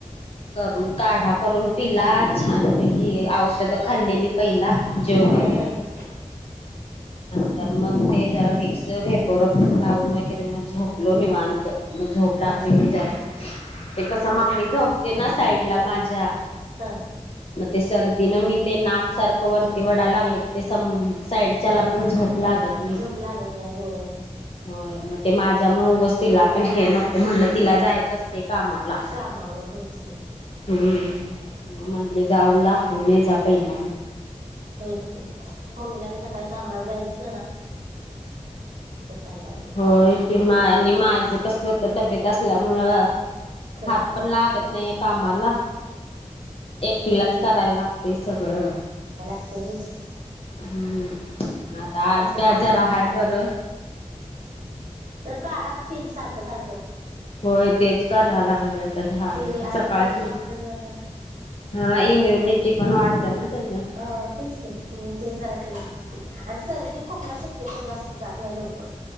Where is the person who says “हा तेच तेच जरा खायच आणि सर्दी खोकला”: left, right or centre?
Right